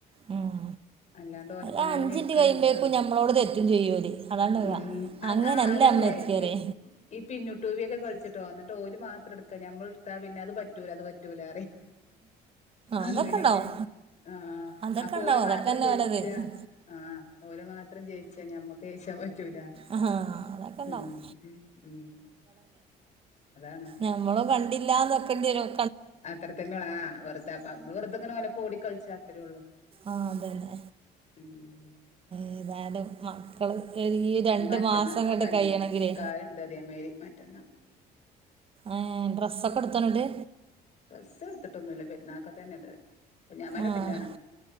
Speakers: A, on the right; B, on the left.
A: ഉം.
B: അല്ലാണ്ട് ഓലപ്പ
A: ഒരു
B: തന്നെ
A: അഞ്ച് മിനിറ്റ്
B: ഇരിക്കാൻ
A: കഴിയുമ്പോഴേക്കും
B: നമ്മക്ക് കഴിയോ
A: നമ്മളോട് തെറ്റും ചെയ്യൂല് അതാണ്
B: ഉം
A: ഇവ.
B: അത്
A: അങ്ങനല്ല
B: ആഹ് അതല്ലഹ്
A: അമ്മ എത്തിയറേ
B: ഈ ഈ പിന്നു ട്ടുവിയൊക്കെ കളിച്ചുട്ടോ ന്ന്ട്ട് ഓല് മാ എട്ക്ക ഞമ്മള്ട്താ പിന്നെ അത് പറ്റൂല അത് പറ്റൂല ല്ലറി അങ്ങനെ
A: അതൊക്കെ ഉണ്ടാവും
B: ക്കെണ് ആഹ്
A: അതൊക്കെ
B: അപ്പൊ
A: ഉണ്ടാവും
B: ഓല്ല്
A: അതൊക്കെ
B: മാത്രം
A: തന്നെ
B: ജയിച്ച
A: ഓരത്
B: ആഹ് ഓല് മാത്രം ജയിച്ച ഞമ്മ ജയിചാം പറ്റൂല
A: ആഹാ അതൊക്കെ ഉണ്ടാവും
B: ഉം ഉം ആഹ്
A: നമ്മള് കണ്ടില്ലാന്നുവെക്കേണ്ടിവരും
B: അത്ര തന്നെള്ളു ആഹ് വെറുതേ അപ്പ നമ്മള് റുതെ ഇങ്ങനെ ഓലപ്പം ഓടി കളിച്ച അത്രേ ഒള്ളു.
A: ആഹ് അതന്നെ
B: ഉം
A: ഏതാലും മക്കള് <unintelligible>
B: മറ്റന്നാ
A: മാസം
B: ഇപ്പൊ
A: ഇങ്ങട്ട്
B: ഒരു കല്യാണം
A: കഴിയണെങ്കിലേ
B: നിക്കാഹ്ണ്ട് അതേമാരി മറ്റന്നാ
A: ഏ ഡ്രസ്സൊക്കെ എട്തോന്ന്ട്ട്
B: ഡ്രസ്സ് എട്ത്ത്ട്ടൊന്നുല്ല പെരുനാകത്തന്നെണ്ട് കുഞ്ഞമ്മന്റെ
A: ആഹ്
B: ക്കുട്ടിറ്റാണ്